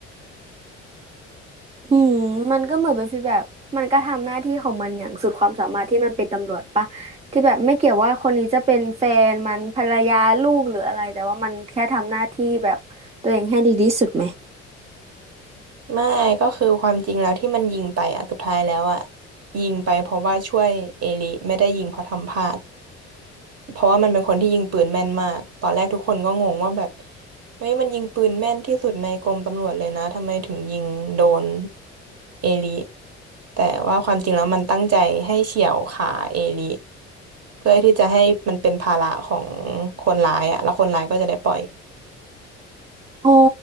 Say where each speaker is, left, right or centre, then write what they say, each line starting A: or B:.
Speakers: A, on the right; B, on the right.
A: อืมมันก็เหมือนเป็นฟีลแบบมันก็ทำหน้าที่ของมันอย่างสุดความสามารถที่มันเป็นตำรวจปะที่แบบไม่เกี่ยวว่าคนนี้จะเป็นแฟนมันภรรยาลูกหรืออะไรแต่ว่ามันแค่ทำหน้าที่แบบตัวเองให้ดีที่สุดไหม
B: ไม่ก็คือความจริงแล้วที่มันยิงไปอ่ะสุดท้ายแล้วอ่ะยิงไปเพราะว่าช่วยเอลิไม่ได้ยิงเพราะทำพลาด เพราะว่ามันเป็นคนที่ยิงปืนแม่นมากตอนแรกทุกคนก็งงว่าแบบเฮ้ยมันยิงปืนแม่นที่สุดในกรมตำรวจเลยนะทำไมถึงยิงโดนเอลิแต่ว่าความจริงแล้วมันตั้งใจให้เฉี่ยวขาเอลิเพื่อที่จะให้มันเป็นภาระของคนร้ายอะแล้วคนร้ายก็จะได้ปล่อย
A: โอ้